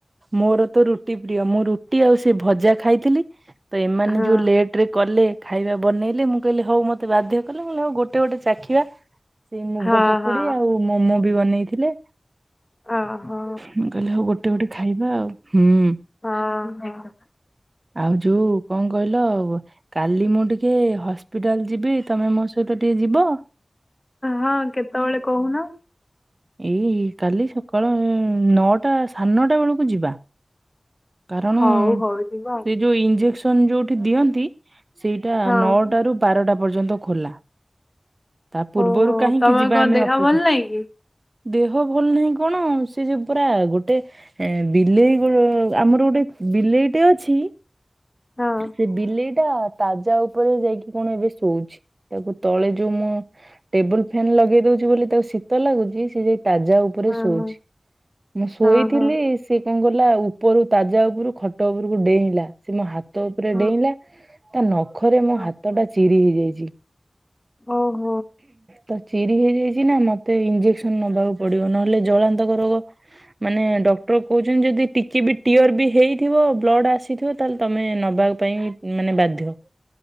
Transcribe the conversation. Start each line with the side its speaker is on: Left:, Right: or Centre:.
Right: ମୋର ତ ରୁଟି ପ୍ରିୟ ମୁଁ ରୁଟି ଆଉ ସେ ଭଜା ଖାଇଥିଲି। ତ ଏମାନେ
Left: ହଁ
Right: ଯୋଉ ଲେଟ ରେ କଲେ ଖାଇବା ବନେଇଲି ମୁଁ କହିଲି ହଉ ମୋତେ ବାଧ୍ୟ କଲେ ମୁଁ ହେଉ ଗୋଟେ ଗୋଟେ ଚାଖିବା। ସେଇ ମୁଗ
Left: ହଁ
Right: ପକୁଡି
Left: ହଁ
Right: ଆଉ ମୋମୋ ବି ବନେଇଥିଲେ।
Left: ଓହୋ
Right: ମୁଁ କହିଲେ ହଉ ଗୋଟେ ଗୋଟେ ଖାଇବା ଆଉ ହୁଁ।
Left: ହଁ ହଁ
Right: ଆଉ ଯୋଉ କଣ କହିଲ? କାଲି ମୁଁ ଟିକେ ହସ୍ପିଟାଲ ଯିବି ତମେ ମୋ ସହିତ ଟିକେ ଯିବ?
Left: ହଁ କେତେବେଳେ କହୁନ?
Right: ଏଇ କାଲି ସକାଳ ନଅଟା ସାଢ଼େ ନଅଟା ବେଳକୁ ଯିବା। କାରଣ
Left: ହଉ ହଉ ଯିବା ଆଉ।
Right: ସେ ଯୋଉ ଇଞ୍ଜେକ୍ସନ ଯୋଉଠି ଦିଅନ୍ତି ସେଇଟା
Left: ହଁ
Right: ନଅଟା ରୁ ବାରଟା ପର୍ଯ୍ୟନ୍ତ ଖୋଲା। ତା
Left: ହଉ
Right: ପୂର୍ବରୁ
Left: ହଉ
Right: କାହିଁକି
Left: ତମର
Right: ଯିବା
Left: କଣ
Right: ଆମେ
Left: ଦେହ
Right: ଅପେକ୍ଷା
Left: ଭଲ ନାହିଁ କି?
Right: ଦେହ ଭଲ ନାହିଁ କଣ ସେ ଯୋଉ ପରା ଗୋଟେ ଏ ବିଲେଇ ଗୋ ଆମର ଗୋଟେ ବିଲେଇଟେ ଅଛି।
Left: ହଁ
Right: ସେ ବିଲେଇ ଟା ତାଜା ଉପରେ ଯାଇକି କଣ ଏବେ ଶୋଉଛି ତାକୁ ତଳେ ଯୋଉ ମୁଁ ଟେବୁଲ ଫ୍ୟାନ୍ ଲଗେଇ ଦଉଛି ବୋଲି ତାକୁ ଶୀତ ଲାଗୁଛି ସେ ଯାଇ ତାଜା ଉପରେ
Left: ହଁ
Right: ଶୋଉଛି
Left: ହଁ
Right: ମୁଁ ଶୋଇଥିଲି
Left: ହଁ ହଁ
Right: ସେ କଣ କଲା ଉପରୁ ତାଜା ଉପରୁ ଖଟ ଉପରକୁ ଡେଇଁଲା ସେ ମୋ ହାତ ଉପରେ
Left: ହଁ।
Right: ଡେଇଁଲା। ତା ନଖରେ
Left: ହଁ।
Right: ମୋ ହାତ ଟା ଚିରି ହେଇଯାଇଛି।
Left: ଓହୋ।
Right: ତ ଚିରି ହେଇଯାଇଛି ନା ମତେ ଇଞ୍ଜେସ ନବାକୁ ପଡିବ ନହେଲେ ଜଳାନ୍ତକ ରୋଗ ମାନେ ଡକ୍ଟର କହୁଛନ୍ତି ଯଦି କି ବି ଟିଓର ବି ହେଇଥିବ ବ୍ଲଡ଼୍ ଆସିଥିବ ତାହେଲେ ତୁମେ ନେବା ପାଇଁ ମାନେ ବାଧ୍ୟ। ହ।